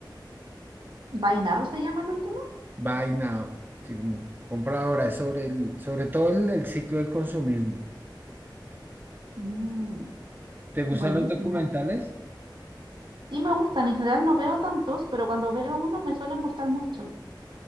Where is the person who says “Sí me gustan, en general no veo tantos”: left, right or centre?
Right